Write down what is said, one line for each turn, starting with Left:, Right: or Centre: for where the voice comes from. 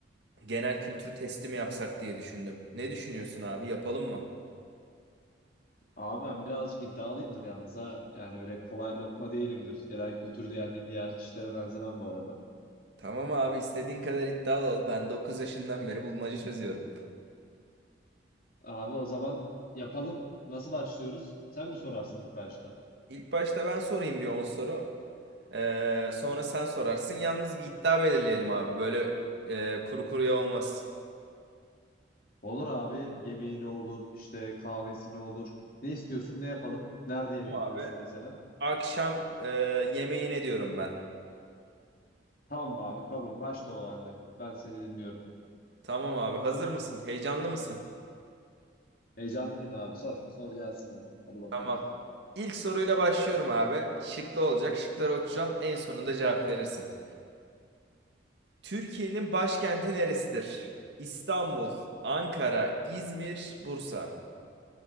Right: genel kültür testi mi yapsak diye düşündüm. Ne düşünüyorsun abi? Yapalım mı?
Left: Abi ben birazcık iddialıyımdır yalnız ha. Yani öyle kolay lokma değilimdir. Genel kültürde yendiğim diğer kişilere benzemem bu arada.
Right: Tamam abi istediğin kadar iddialı ol. Ben 9 yaşından beri bulmaca çözüyorum.
Left: Abi o zaman yapalım. Nasıl başlıyoruz? Sen mi sorarsın ilk başta?
Right: İlk başta ben sorayım bir 10 soru. Ee, sonra sen sorarsın. Yalnız bir iddia belirleyelim abi. Böyle ee, kuru kuruya olmaz.
Left: Olur abi. Yemeğine olur, işte kahvesine olur. Ne istiyorsun, ne yapalım? Nerede yemeğine
Right: Tamam
Left: olsun
Right: abi.
Left: mesela?
Right: Akşam e, yemeğine diyorum ben.
Left: Tamam mı abi? Kabul. Başla o halde. Ben seni dinliyorum.
Right: Tamam abi. Hazır mısın? Heyecanlı mısın?
Left: Heyecanlıyım abi. Sor. Sor gelsin hadi. Hadi bakalım.
Right: Tamam. İlk soruyla başlıyorum abi. Şıklı olacak. Şıkları okuyacağım. En sonunda cevap verirsin. Türkiye'nin başkenti neresidir? İstanbul, Ankara, İzmir, Bursa.